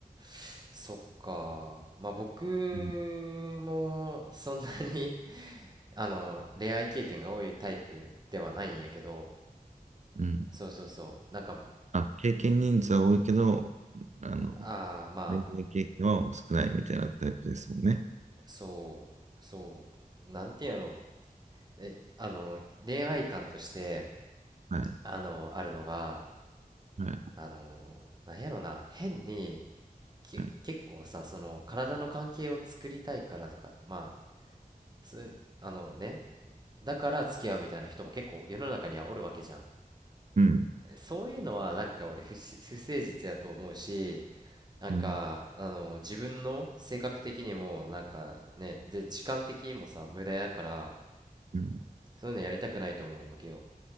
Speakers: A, on the right (about 25°); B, on the right (about 50°).
A: ーそっかまあ僕もそんなに
B: うん。
A: <laughs> あの恋愛経験が多いタイプではないんやけど
B: うん。
A: そうそうそうなんか
B: あ、経験人数は多いけど、あの、
A: ああまあ
B: 恋愛経験は少ないみたいなタイプですもんね。
A: そうそうなんていうんやろうえあの恋愛観として
B: はい。
A: あのあるのが
B: はい。
A: あのなんやろな変にけ結構さその体の関係を作りたいからとかまあ
B: はい。
A: そういうあのねだから付き合うみたいな人も結構世の中にはおるわけじゃん
B: うん。
A: そういうのはなんか俺不し、不誠実やと思うしなんかあの自分の性格的にもなんかねで時間的にもさ無駄やから
B: うん。うん。
A: そういうのやりたくないと思うわけよ